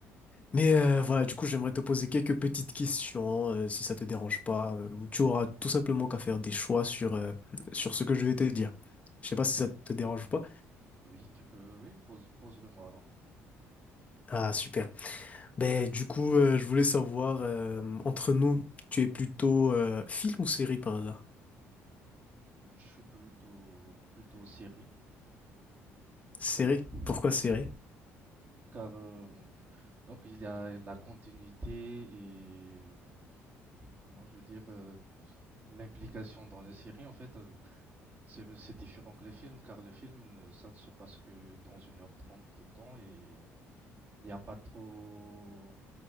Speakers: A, on the left (about 25°); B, on the right (about 40°).
A: Mais euh, voilà, du coup, j'aimerais te poser quelques petites questions, euh, si ça te dérange pas. Euh, Tu auras tout simplement qu'à faire des choix sur euh, sur ce que je vais te dire. Je sais pas si ça te dérange ou pas.
B: Oui, tu peux, oui, pose, pose-le moi avant.
A: Ah super. Ben du coup, euh, je voulais savoir euh, entre nous, tu es plutôt euh, film ou série par hasard?
B: Je suis plutôt, plutôt série.
A: Série.
B: Euh,
A: Pourquoi
B: oui,
A: série?
B: car euh, donc il y a la continuité et comment je veux dire euh, l'implication dans les séries en fait euh, c'est différent que les films car les films euh, ça ne se passe que dans une heure trente de temps et il n'y a pas trop